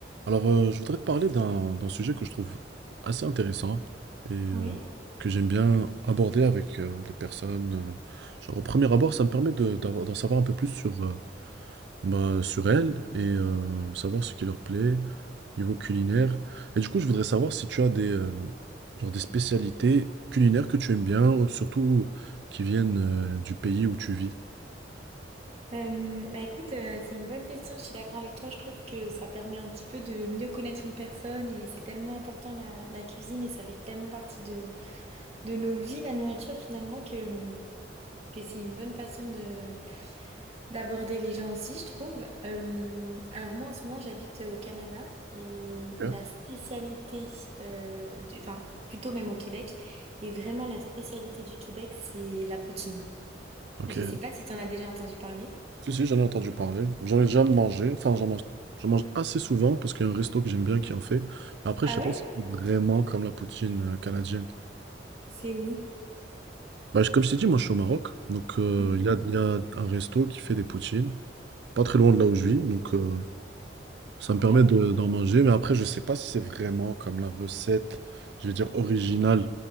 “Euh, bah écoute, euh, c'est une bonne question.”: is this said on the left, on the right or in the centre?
Right